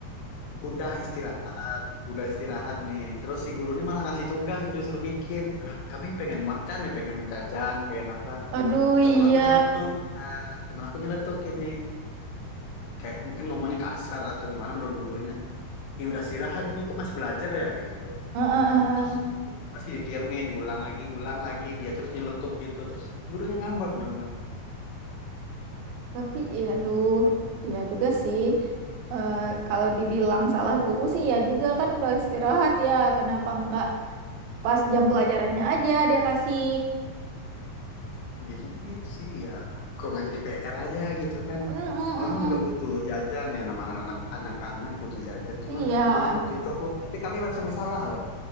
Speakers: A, on the left; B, on the right.
A: udah istirahat udah istirahat nih terus si guru ini malah ngasih tugas itu disuruh bikin nah kami pengen makan ya pengen jajan pengen apa
B: Aduh
A: temen
B: iya,
A: aku nyeletuk nah, temen aku nyeletuk gini kayak mungkin ngomongnya kasar atau gimana menurut gurunya Ih udah istirahat ini kok masih belajar ya gitu
B: Eh, eh, eh,
A: terus
B: eh.
A: masih didiamin diulang lagi ulang lagi dia terus nyeletuk gitu terus gurunya ngambek dong
B: Tapi iya, aduh, iya juga sih. Eh, kalau dibilang salah guru sih ya juga kan udah istirahat ya. Kenapa enggak pas jam pelajarannya aja dia kasih.
A: gitu gitu sih ya kok nggak jadi PR aja gitu kan
B: Mm, mm, mm,
A: orang
B: mm.
A: juga butuh jajan ya nama anak-anak anak-anak butuh jajan cuman
B: Iya,
A: dulu
B: Wan.
A: waktu itu aku tapi kami merasa bersalah loh